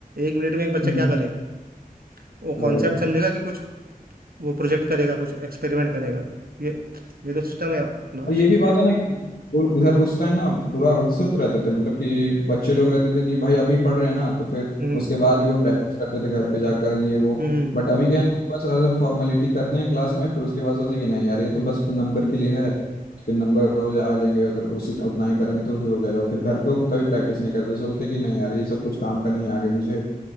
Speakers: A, on the right; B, on the left.
A: एक मिनट में एक बच्चा
B: हम्म
A: क्या करेगा वो
B: वही
A: कॉन्सेप्ट समझेगा कि कुछ वो प्रोजेक्ट करेगा कुछ एक्सपेरिमेंट करेगा ये ये तो सिस्टम है अप- अपना
B: और
A: आज
B: ये
A: का
B: भी बात है ना कि उ- उधर उस टाइम ना पूरा उत्सुक रहते थे मतलब कि बच्चे लोग रहते थे कि भाई अभी पढ़ रहे हैं ना तो फिर
A: हम्म
B: उसके बाद भी वो प्रैक्टिस करते थे घर पे जाकर ये वो
A: हम्म
B: बट अभी क्या है ना कि बस सब फॉर्मेलिटी करते हैं क्लास में फिर उसके बाद सोचे कि नहीं यार ये तो बस नंबर के लिए है तो फिर नंबर हो जा आ जाएंगे अगर उसी उतना ही करेंगे तो हो जाएगा फिर घर पे वो कभी प्रैक्टिस नहीं करते सोचते कि नहीं यार ये सब कुछ काम का नहीं है आगे मुझे